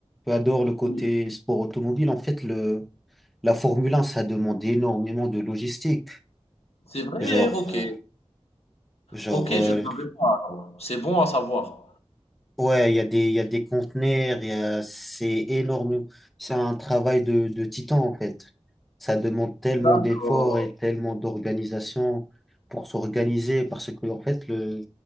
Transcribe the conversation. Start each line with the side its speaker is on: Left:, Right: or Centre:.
Centre: tu adores le côté
Left: oui,
Centre: sport automobile. En fait, le, la Formule 1, ça demande énormément de logistique.
Left: c'est vrai?
Centre: Genre,
Left: OK.
Centre: euh, genre,
Left: OK,
Centre: euh,
Left: je savais pas alors. C'est bon à savoir.
Centre: Ouais, il y a des, il y a des conteneurs, il y a- c'est énorme. C'est un travail de, de titan, en fait. Ça demande tellement
Left: D'accord.
Centre: d'efforts et tellement d'organisation pour s'organiser parce que, en fait, le,